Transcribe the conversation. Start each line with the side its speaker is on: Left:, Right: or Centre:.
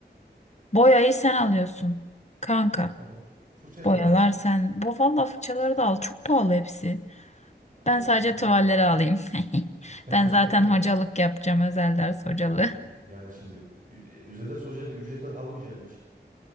Left: boyayı sen alıyorsun. Kanka
Right: Tamam. Fırçayı
Left: boyalar
Right: da ben alayım.
Left: sen. Bu valla fırçaları da al çok pahalı hepsi.
Right: Tamam
Left: Ben
Right: olsun.
Left: sadece tuvalleri
Right: Yapacak bir şey
Left: alayım. <laughs>
Right: yok.
Left: Ben zaten hocalık
Right: <laughs>
Left: yapacağım. Özel ders hocalığı.
Right: E, Yani şimdi Ü- Özel ders Hoca ücret almayacağın için